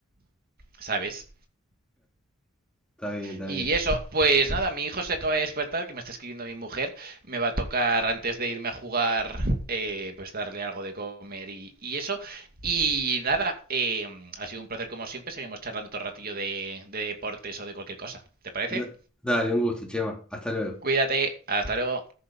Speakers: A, on the right; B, in the centre.
A: ¿Sabes?
B: está bien, está
A: Y
B: bien.
A: eso, pues nada, mi hijo se acaba de despertar, que me está escribiendo mi mujer. Me va a tocar antes de irme a jugar, eh, pues darle algo de comer y, y eso. Y nada, eh, ha sido un placer como siempre. Seguimos charlando otro ratillo de, de deportes o de cualquier cosa. ¿Te parece?
B: Da- dale, un gusto, Chema. Hasta luego.
A: Cuídate, hasta luego.